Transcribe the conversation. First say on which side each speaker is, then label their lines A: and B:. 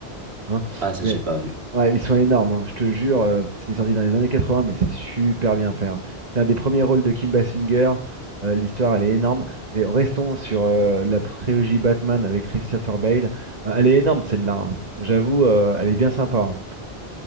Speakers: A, on the right; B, on the right.
A: hein.
B: Ah, ça,
A: Mais
B: j'ai pas vu.
A: Ouais, mais ils sont énormes, hein, je te jure. euh, c'est sorti dans les années 80, mais c'est super bien fait. hein. C'est un des premiers rôles de Kim Basinger. euh, l'histoire, elle est énorme. Mais restons sur euh, la trilogie Batman avec Christopher Bale. Euh, elle est énorme, celle-là. hein. J'avoue, euh, elle est bien sympa. hein.